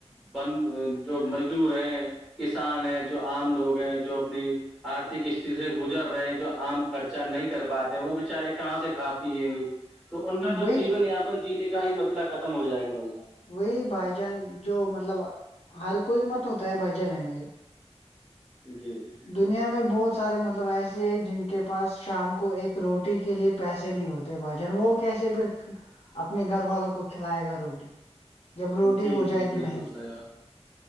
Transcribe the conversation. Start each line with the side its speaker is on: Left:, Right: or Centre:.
Centre: بند جو مزدور ہیں کسان ہیں جو عام لوگ ہیں جو اپنی آرتک است سے گزر رہے ہیں جو آم خرچہ نہیں کر پاتے وہ بچارے کہاں سے کھا پیئیں گے تو ان کا تو
Left: وہی
Centre: جیون یاپن جینے کا ہی مطئلہ ختم ہو جائے گا بھائی جان
Left: وہی بھائی جان جو مطلب ہر کوئی مت ہوتا ہے بھائی جان امیر
Centre: جی جی
Left: دنیا میں بہت سارے مطلب ایسے ہے جن کے پاس شام کو ایک روٹی کے لیے پیسے نہیں ہوتے بھائی جان وہ کیسے پھر اپنے گھر والوں کو کھلائے گا روٹی جب روٹی
Centre: جی
Left: ہو
Centre: جی
Left: جائے گی
Centre: بالکل
Left: مہنگی
Centre: صحیح بات۔